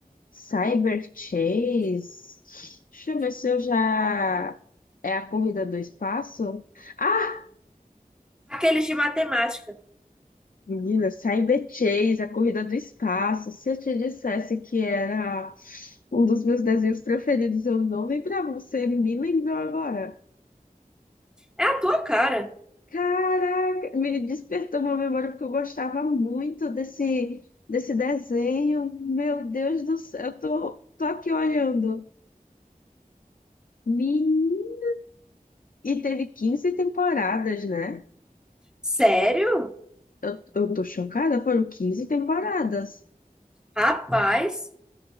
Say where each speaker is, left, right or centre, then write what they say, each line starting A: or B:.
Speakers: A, on the left (about 70°); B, in the centre.
A: Cyber Chase. Deixa eu ver se eu já. É a corrida do espaço? Ah,
B: Aqueles de matemática.
A: menina, Cyber Chase, a corrida do espaço. Se eu te dissesse que era um dos meus desenhos preferidos, eu não lembrava. Você me lembrou agora.
B: É a tua cara.
A: Caraca, me despertou uma memória porque eu gostava muito desse, desse desenho. Meu Deus do céu, eu tô, tô aqui olhando. Menina. E teve 15 temporadas, né?
B: Sério?
A: Eu, eu tô chocada, foram 15 temporadas.
B: Rapaz,